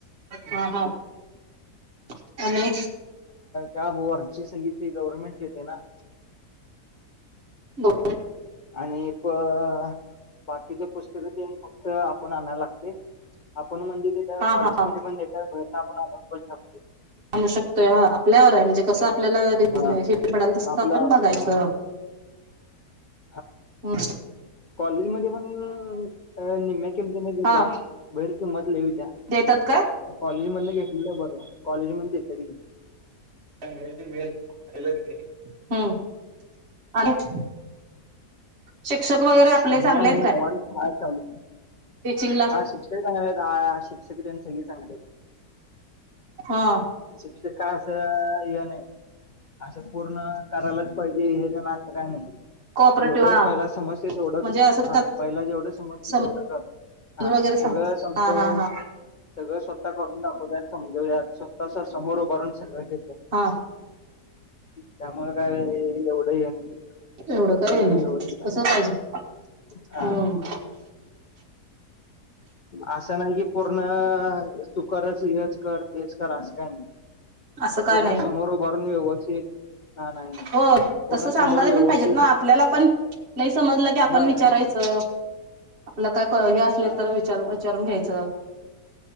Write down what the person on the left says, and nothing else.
का ब वरची सगळी फि गव्हर्नमेंट देते ना
आणिप अं बाकीचे पुस्तक ते फक्त आपण आणायला लागते आपण म्हणजे त्याच्या
कॉलेजमध्ये
पण भहेर आपण पण शकतो
हा
आपला
हा <inaudible>
कॉलेज मध्ये पण अ निम्म्या किंमती नाही त्या्या
भैर किंमत ल होत्या
कॉलेज मध्ये घेतलेलं आहे बरं कॉलेज मध्ये येत त
आणि
नाही निवांत
हाय चालू.
हा शिक्षक चांगले आहेत शिक्षकेत्यांचं हे चांगलं
शिक्ष का असं य नाही असं पूर्ण करायलाच पाहिजे हे तर नातं काय नाही
जेवढं
पहिला समज तेवढं
हा
पहिला जेवढं समजते
तेवढं क हा
सगळं समजून
सगळं स्वतः करून दाखव दचं म्हणजे या स्वतःच समोर उभारून सगळं घेत
त्यामुळेळ काय एवढं आहे ना
सगळं
व्यवस्थित आहे
हा
असं नाही की पूर्ण तू करच हेच कर तेच कर अस काय नाही
पूर्ण
समोर भारून व्यवस्थित हा नाही नाही
पूर्ण
समोर व्यवस्थित
होय
हा